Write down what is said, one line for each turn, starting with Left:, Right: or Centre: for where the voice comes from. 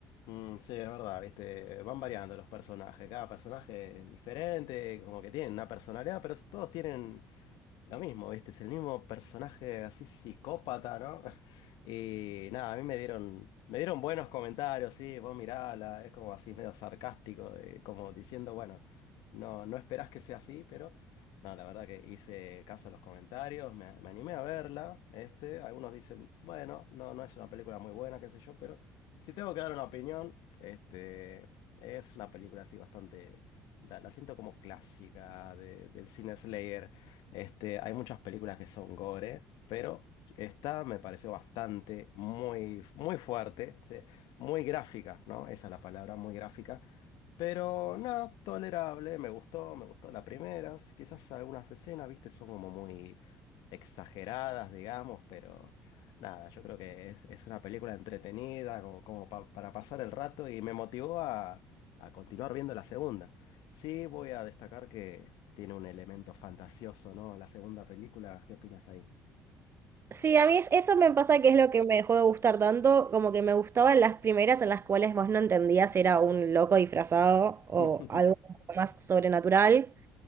Left: Mm, sí, es verdad, viste, van variando los personajes, cada personaje es diferente, como que tienen una personalidad, pero todos tienen Lo mismo, ¿viste? Es el mismo personaje así psicópata, ¿no? <laughs> Y nada, a mí me dieron, me dieron buenos comentarios, sí, vos mirala, es como así medio sarcástico, de- como diciendo, bueno, no, no esperás que sea así, pero no, la verdad que hice caso a los comentarios, me, me animé a verla, este, algunos dicen, bueno, no, no es una película muy buena, qué sé yo, pero si tengo que dar una opinión, este, es una película así bastante, la, la siento como clásica de- del cine Slayer. Este, hay muchas películas que son gore, pero esta me pareció bastante, muy, muy fuerte, sí, muy gráfica, ¿no? Esa es la palabra, muy gráfica. Pero no, tolerable, me gustó, me gustó las primeras Quizás algunas escenas, viste, son como muy exageradas, digamos, pero nada, yo creo que es, es una película entretenida, como, como pa- para pasar el rato y me motivó a, a continuar viendo la segunda. Sí, voy a destacar que tiene un elemento fantasioso, ¿no? La segunda película, ¿qué opinas ahí?
Right: Sí, a mí es- eso me pasa que es lo que me dejó de gustar tanto, como que me gustaban las primeras en las cuales vos no entendías si era un loco disfrazado o
Left: <laughs>
Right: algo un poco más sobrenatural.